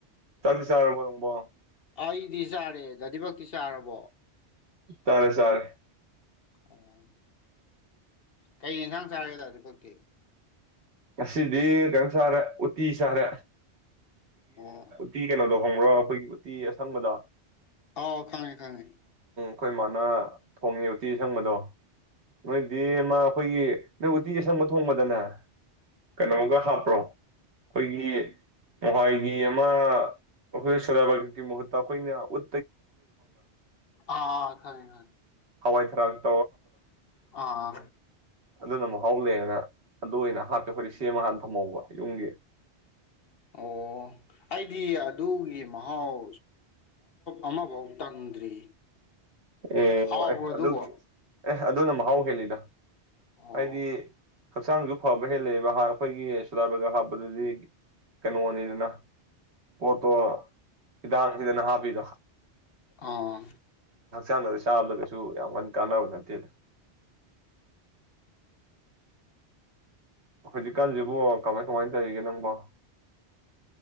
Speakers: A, on the right; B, on the left.
A: ꯇ ꯆꯥꯔꯔꯕꯣꯔꯪꯕꯣ
B: ꯑꯩꯗꯤ ꯆꯥꯔꯦ ꯗꯗꯤꯃꯛꯇꯤ ꯆꯥꯔꯕꯣ
A: ꯇꯥꯔꯦ ꯁꯔꯦ
B: ꯑꯣ ꯀꯩ ꯏꯟꯁꯥꯡ ꯆꯥꯒ ꯇꯗꯤ ꯀꯛꯇꯤ
A: ꯉꯁꯤꯗꯤ ꯀꯩꯅꯝ ꯁꯥꯔꯦ ꯎꯇꯤ ꯁꯥꯔꯦ
B: ꯑꯣ
A: ꯇꯤ ꯀꯩꯅꯣꯗꯣ ꯈꯣꯡꯕ꯭ꯔꯥ ꯑꯩꯈꯣꯏꯒꯤ ꯎꯇꯤ ꯑꯁꯪꯕꯗ
B: ꯑꯥꯎ ꯈꯪꯉꯦ ꯈꯪꯉꯦ
A: ꯑꯩꯈꯣꯏ ꯃꯥꯅ ꯊꯣꯡꯉꯦ ꯎꯇꯤ ꯑꯁꯪꯕꯗꯣ ꯅꯣꯏꯗꯤ ꯃꯥ ꯑꯩꯈꯣꯏꯒꯤ ꯅꯣꯏ ꯎꯇꯤ ꯑꯁꯪꯕ ꯊꯣꯡꯕꯗꯅꯦ ꯀꯩꯅꯣꯒ ꯍꯥꯞꯄ꯭ꯔꯣ ꯑꯩꯈꯣꯏꯒꯤ ꯃꯍꯏꯒꯤ ꯑꯃ ꯑꯩꯈꯣꯏ ꯁꯗꯥꯕꯀꯤ ꯃꯍꯨꯠꯇ ꯑꯩꯈꯣꯏꯅ ꯎ
B: ꯑꯥ ꯑꯥ ꯈꯪꯔ ꯈꯪ
A: ꯍꯋꯥꯏꯗꯙꯔꯥꯛ
B: ꯑꯥ
A: ꯑꯗꯨꯅ ꯃꯍꯥꯎ ꯂꯩꯦꯡꯉꯒ ꯑꯗꯨ ꯑꯣꯏꯅ ꯍꯥꯞꯇꯦ ꯑꯩꯈꯣꯏꯗꯤ ꯁꯦꯝꯃ ꯍꯥꯟ ꯊꯝꯍꯧꯕ ꯌꯨꯡꯒꯤ
B: ꯑꯣ ꯑꯩꯗꯤ ꯑꯗꯨꯒꯤ ꯃꯍꯥꯎ ꯑꯃꯐꯥꯎ ꯇꯪꯗ꯭ꯔꯤ
A: ꯑꯣ
B: ꯍꯥꯎꯕ꯭ꯔꯣ ꯑꯗꯨꯕꯣ
A: ꯑꯗꯨ ꯑꯦ ꯑꯗꯨꯅ ꯃꯍꯥꯎ ꯍꯦꯜꯂꯤꯗ
B: ꯑꯣ
A: ꯍꯥꯏꯗꯤ ꯍꯛꯆꯥꯡꯁꯨ ꯐꯕ ꯍꯦꯜꯂꯛꯑꯦꯕ ꯑꯩꯈꯣꯏꯒꯤ ꯁꯣꯂꯥꯏ ꯕꯔꯒꯔ ꯍꯥꯞꯄꯗꯗꯤ ꯀꯩꯅꯣꯅꯤꯗꯅ ꯄꯣꯠꯇꯣ ꯍꯤꯗꯥꯡꯁꯤꯈꯤꯗꯅ ꯍꯥꯞꯄꯤꯗꯣ
B: ꯑꯥ
A: ꯍꯛꯥꯡꯗ ꯆꯥꯕꯗ ꯀꯩꯁꯨ ꯌꯥꯝ ꯀꯟꯅ ꯀꯥꯟꯅꯕ ꯅꯠꯇꯦꯗ ꯍꯧꯖꯤꯛꯀꯥꯟꯁꯤꯕꯨ ꯀꯃꯥꯏ ꯀꯃꯥꯏꯅ ꯇꯧꯔꯤꯒꯦ ꯅꯪꯕꯣ